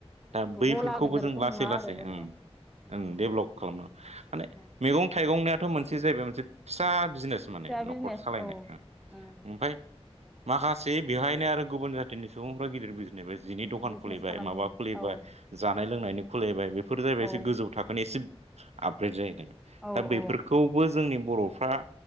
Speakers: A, on the right (about 85°); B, in the centre.
A: दा बैफोरखौबो
B: गला गिदिरखौ
A: जों लासै
B: नुवा
A: लासै
B: आरो जोङो
A: ओम
B: उम
A: डेभलप खालामनांगौ।
B: उम
A: माने मैगं थाइगंनियाथ' मोनसे जाहैबाय मोनसे फिसा बिजनेस
B: फिसा
A: माने
B: बिजनेस
A: न'खर सालायनाय।
B: औ
A: ओ
B: उम
A: ओमफ्राय माखासे बेवहायनो आरो गुबुन जाथिनि सुबुंफ्रा गिदिर बिजनेस बे जिनि दखान
B: बिजनेस
A: खुलिबाय,
B: खालामफैयो
A: माबा खुलिबाय,
B: औ
A: जानाय लोंनायनि खुलिबाय बे बेफोर जाहौबाय एसे
B: औ
A: गोजौ थाखोनि एसे आपग्रेद जाहैदों।
B: औ
A: दा बेफोरखौबो
B: औ
A: जोंनि बर' फ्रा